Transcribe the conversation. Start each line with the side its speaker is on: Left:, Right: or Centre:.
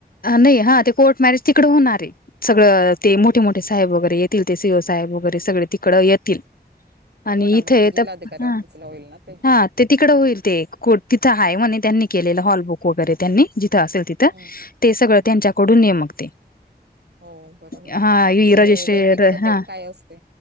Left: नाही हा ते कोर्ट मॅरेज तिकडडे होणार आहे सगळं ते मोठे मोठे साहेब वगैरे येतील ते, सी ओ साहेब वगैरे सगळे तिकडं येतील आणि
Right: हो ना
Left: इथे
Right: मग ते जिल्हाधिकारी
Left: तर हा
Right: ऑफिसला होईल ना ते
Left: हा ते तिकडं होईल ते तिथं आहे म्हणे त्यांनी केलेलं हॉलबुक वगैरे त्यांनी जिथं असेल तिथे
Right: हम्म
Left: ते सगळं
Right: हम्म
Left: त्यांच्याकडून नेमकते
Right: हो बरोबर.
Left: हा हराजशे
Right: आणि हे वैदिक पद्धत
Left: हा
Right: काय असते?